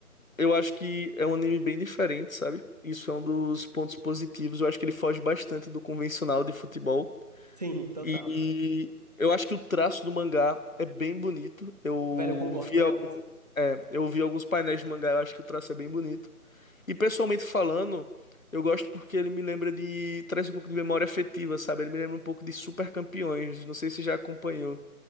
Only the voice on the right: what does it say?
Sim, total.
Velho, eu concordo
plenamente.